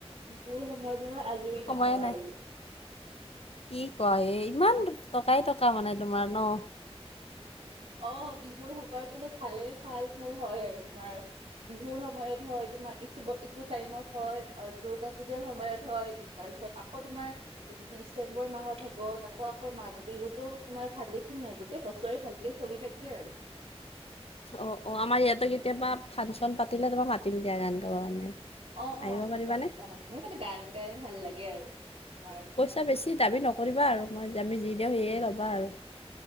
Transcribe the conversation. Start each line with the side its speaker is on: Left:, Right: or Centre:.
Right: বিহুৰ সময়ত মই মানে আজৰি
Left: সময়ে
Right: নাপাওঁ
Left: নাই
Right: আৰু।
Left: কি কোৱা, এ ইমান টকাই টকা মানে তোমাৰ ন'।
Right: অঁ' বিহুৰ সময়ত মানে ভালেই ভাল মোৰ হয় আৰু তোমাৰ- বিহুৰ সময়ত হয়, তোমাৰ ইটো ইটো টাইমত হয়, দুৰ্গা পুজাৰ সময়ত হয় তাৰপিছত- আকৌ তোমাৰ- ডিচেম্বৰ মাহত হ'ব, তাকৌ আকৌ মাঘ বিহুতো তোমাৰ ভালে খিনিয়ে গোটেই বছৰে ভাল- চলি থাকে আৰু।
Left: অঁ' অঁ' আমাৰ ইয়াঁতে কেতিয়াবা ফাংচন পাতিলে তোমাক মাতিম দিয়া গান গাব কাৰণে।
Right: অঁ' অঁ'
Left: আহিব পাৰিবানে
Right: <unintelligible> মোৰ মানে গান গাই ভাল লাগে আৰু তোমাৰ।
Left: এ বেছি দাবী নকৰিবা আৰু মই আমি যি দিওঁ সেয়ে ল'বা আৰু।